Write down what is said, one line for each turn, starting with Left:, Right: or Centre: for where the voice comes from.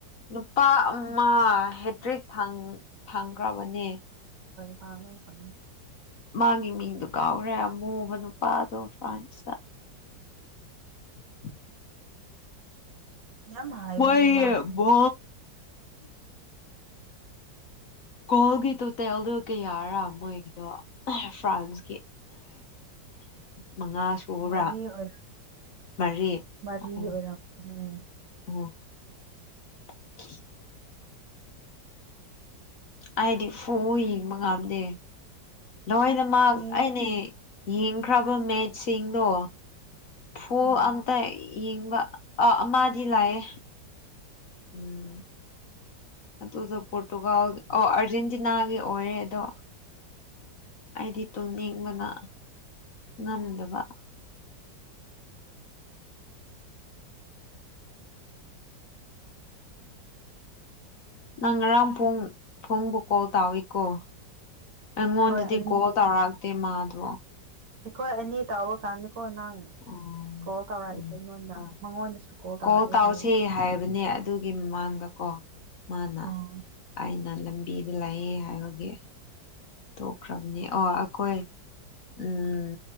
Left: ꯅꯨꯄꯥ ꯑꯃ ꯍꯦꯇ꯭ꯔꯤꯛ ꯐꯪꯈ꯭ꯔꯕꯅꯦ
Right: ꯐꯂꯦ ꯐ
Left: ꯃꯥꯒꯤ ꯃꯤꯡꯗꯨꯣ ꯀꯥꯎꯔꯦ ꯑꯃꯨꯕ ꯅꯨꯄꯥꯗꯣ ꯐ꯭ꯔꯥꯟꯁꯇ <inaudible>
Right: ꯌꯥꯝ ꯍꯥꯏꯕꯅꯦ
Left: ꯋꯥꯕꯣ
Right: ꯃꯥꯁꯨ
Left: ꯀꯣꯣꯟ ꯒꯤ ꯇꯣꯇꯦꯜꯗꯨ ꯀꯌꯥꯔꯥ ꯃꯣꯏꯒꯤꯗꯣ ꯐ꯭ꯔꯥꯟꯁꯀꯤ ꯃꯉꯥ ꯁꯨꯔꯕ꯭ꯔꯥ
Right: ꯃꯔꯤ ꯑꯣꯏꯔ
Left: ꯃꯔꯤ
Right: ꯃꯔꯤ
Left: ꯎꯝ
Right: ꯑꯣꯏꯔꯝ ꯎꯝ
Left: ꯎꯝ <inaudible> ꯑꯩꯗꯤ ꯐꯨ ꯌꯦꯡꯕ ꯉꯥꯝꯗꯦ ꯂꯣꯏꯅꯃꯛ
Right: ꯌꯦꯡꯉꯤ
Left: ꯑꯅꯦ ꯌꯦꯡꯈ꯭ꯔꯕ ꯃꯦꯆꯁꯤꯡꯗꯣ ꯐꯣꯜ
Right: ꯎꯝ
Left: ꯑꯝꯇ ꯌꯦꯡꯕ ꯑ ꯑꯃꯗꯤꯗꯤ ꯂꯥꯛꯑꯦ ꯎꯝ ꯑꯗꯨꯗꯣ ꯄꯣꯔꯇꯨꯒꯥꯜ ꯑꯣ ꯑꯥꯔꯖꯦꯟꯇꯤꯅꯥꯒꯤ ꯑꯣꯏꯔꯦ ꯑꯗꯣ ꯑꯩꯗꯤ ꯇꯨꯝꯅꯤꯡꯕꯅ ꯉꯝꯗꯕ ꯅꯪ ꯉꯔꯥꯡ ꯐꯨꯡꯕꯨ ꯀꯣꯜ ꯇꯥꯎꯏꯤꯀꯣ ꯑꯩꯉꯣꯟꯗꯗꯤ
Right: ꯍꯣꯏ ꯑꯅꯤ
Left: ꯀꯣꯜ ꯇꯧꯔꯛꯛꯇꯦ ꯃꯥꯗ꯭ꯔꯣ
Right: ꯑꯩꯈꯣꯏ ꯑꯅꯤ ꯇꯥꯎꯕ ꯀꯥꯟꯗꯀꯣ ꯅꯪ
Left: ꯎꯝ
Right: ꯀꯣꯜ ꯇꯧꯔꯛꯏꯦ
Left: ꯎꯝ
Right: ꯑꯩꯉꯣꯟꯗ
Left: ꯑꯣ
Right: ꯃꯉꯣꯟꯗꯁꯨ ꯇꯧꯔꯛꯑꯦ
Left: ꯀꯣꯜ ꯇꯥꯎꯁ
Right: ꯍꯥꯏꯌꯦ
Left: ꯍꯥꯏꯕꯅꯦ ꯑꯗꯨꯒꯤ ꯃꯃꯥꯡꯗꯀꯣ ꯃꯥꯅ
Right: ꯑꯣ
Left: ꯑꯩꯅ ꯂꯝꯕꯤꯗ ꯂꯥꯛꯑꯦ ꯍꯥꯏꯕꯒꯤꯦ ꯇꯣꯛꯈ꯭ꯔꯕꯅꯦ ꯑꯣ ꯑꯩꯈꯣꯏ ꯎꯝ